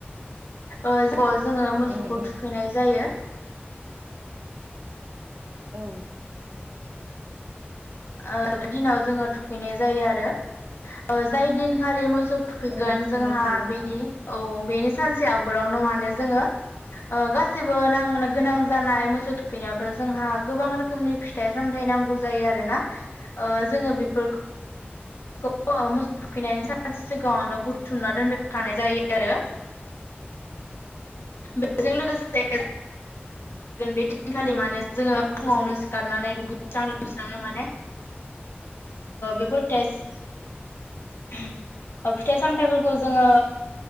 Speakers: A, on the left; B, on the right.
A: ओ जोङो मोसौखौ
B: उम
A: थुखैनाय जायो।
B: औ।
A: ओ दिनाव जोङो थुखैनाय जायो आरो। ओ जाय दिनखालि मोसौ थुखैगोन
B: औ थुखैनाय
A: जोंहा
B: जायो
A: बेनि औ बेनि सानसे आवगोल नावनो माने जोङो गासैबो गोनां जानाय मोसौ थुखैनायावथ' जोंहा गोबां रोखोमनि फिथाइ सामथायाइ नांगौ जायो आर ना ओ जोङो बिफोरखौ मोसौ थुखैनायनि सानसे सिगाङावनो बुथुमना दोनबोखानाय जायो आरो बेजों लोगोसे बे दिनखालि माने जोङो
B: नांगौ
A: फुङावनो
B: जायो
A: सिखारनानै लुगैस्रां लोबस्रां माने बेफोर टेस फिथाइ-सामथाइफोरखौ जोङो